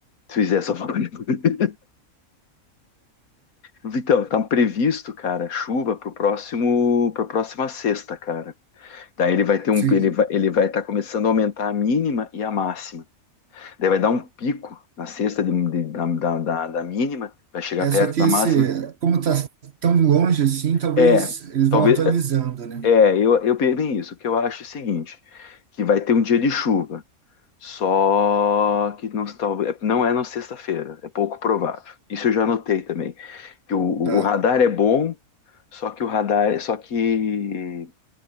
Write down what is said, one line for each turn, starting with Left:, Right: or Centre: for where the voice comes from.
Left: Se fizer só falando. <laughs> Vitão, tá previsto, cara, chuva pro próximo, pra próxima sexta, cara. Daí ele vai ter um,
Right: Sim.
Left: ele vai, ele vai estar começando a aumentar a mínima e a máxima. Daí vai dar um pico na sexta de- de- da, da, da- da mínima, vai chegar
Right: É
Left: perto
Right: só que
Left: da
Right: esse,
Left: máxima.
Right: como tá tão longe assim, talvez
Left: É,
Right: eles
Left: talvez.
Right: vão atualizando, né?
Left: É, eu, eu penso bem isso. O que eu acho é o seguinte: que vai ter um dia de chuva. Só que não, talvez, não é na sexta-feira, é pouco provável. Isso eu já notei também. Que o,
Right: Tá.
Left: o radar é bom, só que o radar, só que